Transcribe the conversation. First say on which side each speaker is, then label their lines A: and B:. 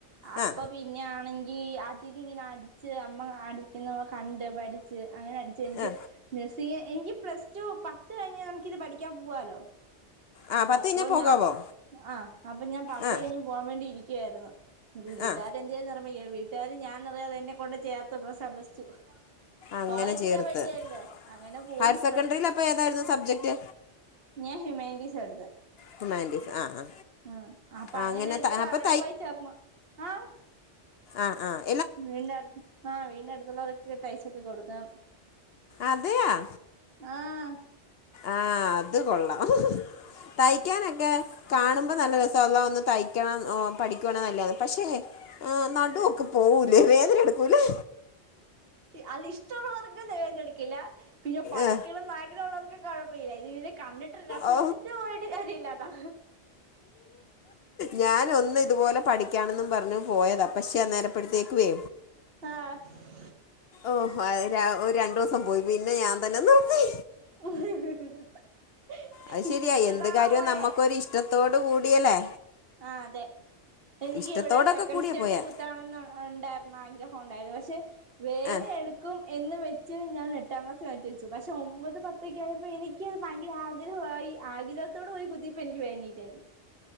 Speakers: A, on the right; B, on the left.
A: അപ്പൊ
B: ആ
A: പിന്നെ ആണെങ്കി ഇപ്പിതിങ്ങനെ അടിച്ച് അമ്മ അടിക്കുന്ന കണ്ട് പഠിച്ച് അങ്ങനെ അടിച്ച് എനിക്ക്
B: ആ
A: എനിക്ക് പ്ലസ് ടു പത്ത് കഴിഞ്ഞാൽ നമുക്കിത് പഠിക്കാൻ പോവാല്ലോ
B: ആ പത്ത്
A: അപ്പൊ
B: കഴിഞ്ഞാൽ പോകാവോ
A: ഞാൻ ആഹ് അപ്പൊ ഞാൻ പത്ത്
B: ആ
A: കഴിഞ്ഞ് പോകാൻ വേണ്ടി ഇരിക്കുവായിരുന്നു ഇ വീട്ടാരു
B: ആ
A: എന്തു ചെയ്തു എന്നറിയാമോ വീട്ടാര് ഞാനറിയാതെ എന്നെ കൊണ്ട് ചേർത്തു പ്ലസ് വൺ പ്ലസ് റ്റു
B: അങ്ങനെ
A: പോവാതിരിക്കാൻ
B: ചേർത്ത്
A: പറ്റിയല്ലോ അങ്ങനെ പോയി
B: ഹയർ സെക്കൻഡറിയിൽ അപ്പോൾ ഏതായിരുന്നു സബ്ജക്റ്റ്
A: ഞാൻ ഹ്യുമാനിറ്റീസാ എടുത്ത്
B: ഹ്യൂമാനിറ്റീസ് ആ ആ
A: ആഹ്അപ്പൊ
B: ആ
A: അങ്ങനെ എടുത്ത്
B: ത- അപ്പോൾ
A: അവിടെ പോയി ചേർന്നു ആഹ്
B: ആഹ് ആഹ്
A: വീട്ന്റെ അടുത്ത് ആഹ് വീട്ന്റെ അടുത്തുള്ളോരൊക്കെ തയ്ച്ചൊക്കെ കൊടുക്കാം
B: അതെയോ
A: ആഹ്
B: ആഹ് അത്കൊള്ളാം തയ്ക്കാനൊക്കെ കാണുമ്പോ നല്ലരസാ അള്ളാ ഒന്ന് തയ്ക്കണം പഠിക്കണം എല്ലാം പക്ഷെ ആഹ് നടുഒക്കെ പോവൂലേ വേതന എടുക്കൂലേ
A: അതിഷ്ടവുള്ളവർക്ക് വേദന എടുക്കില്ല പിന്നെ പഠിക്കണം
B: ഏ,
A: ന്ന് ആഗ്രഹമുള്ള വർക്ക് കൊഴപ്പല്ല ഇത് പിന്നെ കണ്ടിട്ട് രസിച്ചിട്ട്
B: ഓ
A: പോയിട്ട് കാരൃല്ലട്ടോ
B: ഞൻ ഒന്ന് ഇതുപോലെ പഠിക്കാനെന്നും പറഞ്ഞു പോയതാ പക്ഷെ അന്നേരപ്പഴത്തേക്കുവേ
A: ആഹ്
B: ഓഹ് ഒരു രണ്ടോസം പോയി പിന്നെ ഞാൻ തന്നെ നീർത്തി
A: <unintelligible>
B: അത് ശെരിയാ
A: ഇഷ്ടപ്പെട്ടിട്ടാണോ
B: എന്ത് കാര്യവും
A: പോയേ
B: നമ്മുക്കൊരു ഇഷ്ടത്തോട് കൂടിയല്ലേ
A: ആഹ് അതെ എനിക്ക്
B: ഇഷ്ടത്തോടൊക്കെ
A: ഇവിടെ സെക്കൻഡ്
B: കൂടിയ
A: സ്റ്റഡ്
B: പോയാ
A: കുത്താണെന്ന് ഉണ്ടായിരുന്നു ആഗ്രഹം ഉണ്ടായിരുന്നു പക്ഷെ വേന
B: ആ
A: എടു ക്കും എന്ന് വെച്ച് ഞാൻ എട്ടാം ക്ലാസി മാറ്റി വെച്ചു പക്ഷെ ഒമ്പത് പത്തൊക്കെ ആയപ്പോൾ എനിക്ക് അത് ഭയങ്കര ആഗ്രഹവായി ആഗ്രഹത്തോടെ പോയി കുതിയപ്പോ എനിക്ക് വേന ഇല്ലായിരുന്നു